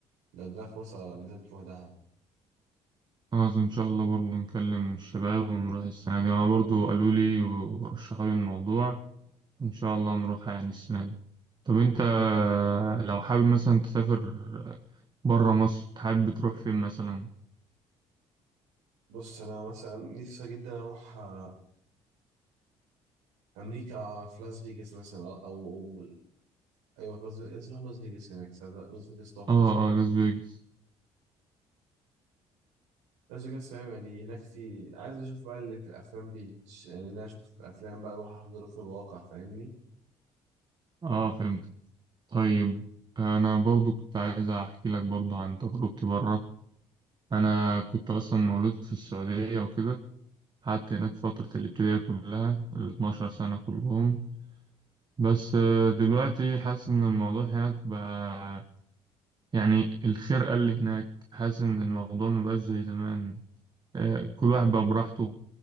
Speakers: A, on the right (about 85°); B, on the right (about 35°).
A: لو اديلك فرصة لازم تروح دهب
B: خلاص إن شاء الله برضو نكلم الشباب ونروح السنة دي أنا برضو قالوا لي ورشحوا لي الموضوع إن شاء الله نروحها يعني السنة دي طب أنت آه، لو حابب مثلا تسافر بره مصر تحب تروح فين مثلا
A: بص أنا مثلا نفسي جدا أروح آه، أمريكا في لاس فيجاس مثلا أو, أو أيوة في لاس فيجاس لازم أروح لاس فيجاس هناك صدق، لاس فيجاس تحفة
B: اه اه لاس فيجاس
A: لاس فيجاس فاهم يعني هناك في عايز أشوف بقى اللي في الأفلام بيتش يعني اللي أنا شفته في الأفلام بقى أروح أحضره في الواقع فاهمني؟
B: اه فهمت طيب انا برضو كنت عايز احكي لك برضو عن تجربتي بره انا كنت اصلا مولود في السعوديه وكده قعدت هناك فتره الابتدائيه كلها ال 12 سنه كلهم بس آه، دلوقتي حاسس ان الموضوع هناك بقى يعني الخرقه اللي هناك حاسس ان الموضوع مبقاش زي زمان آه، كل واحد بقى براحته